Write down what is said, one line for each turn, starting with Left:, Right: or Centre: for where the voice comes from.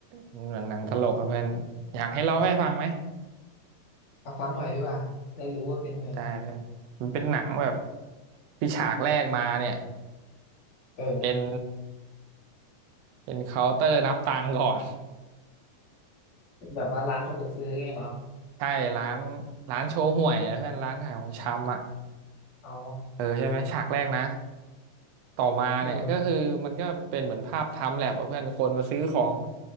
Right: เหมือนหนังตลกอะเพื่อนอยากให้เล่าให้ฟังไหม
Left: มาฟังหน่อยดีกว่าได้รู้ว่าเป็นไง
Right: ได้เพื่อนมันเป็นหนังแบบที่ฉากแรกมาเนี่ย
Left: เออ
Right: เป็นเป็นเคาน์เตอร์นับตังค์ก่อน
Left: เป็นแบบว่าร้านสะดวกซื้อไงเหรอ
Right: ใช่ร้านร้านโชว์ห่วยนะเพื่อนร้านขายของชำอ่ะ
Left: อ๋อ
Right: เออใช่ไหมฉากแรกนะ ต่อมาเนี่ยก็คือมันก็เป็นเหมือนภาพไทม์แลปอะเพื่อนคนมาซื้อของ
Left: อืม